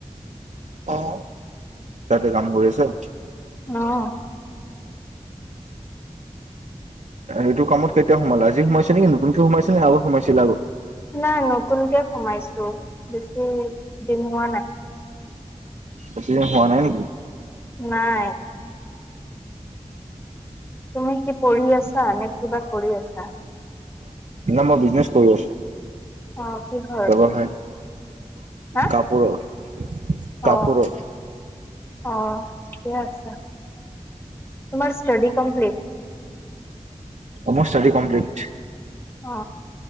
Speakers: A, on the right; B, on the left.
A: অহ তাতে কাম কৰি আছা?
B: অহ।
A: এইটো কামত কেতিয়া সোমালা? আজি সোমাইছা নেকি? নতুনকৈ সোমাইছে নে আ আগত সোমাইছিলা আগ
B: নাই নতুনকে সোমাইছো। বেছি দিন হোৱা নাই।
A: বেছিদিন হোৱা নাই নেকি?
B: নাই। তুমি কি পঢ়ি আছা নে কি? কিবা কৰি আছা?
A: ন মই বিজনেচ কৰি আছো।
B: অ কিহৰ?
A: ব্যৱসায়
B: আহ
A: কাপোৰৰ কাপোৰৰ
B: অ অ ঠিকে আছে। তোমাৰ ষ্টাডী কমপ্লিট?
A: অ মোৰ ষ্টাডী কমপ্লিট।
B: অ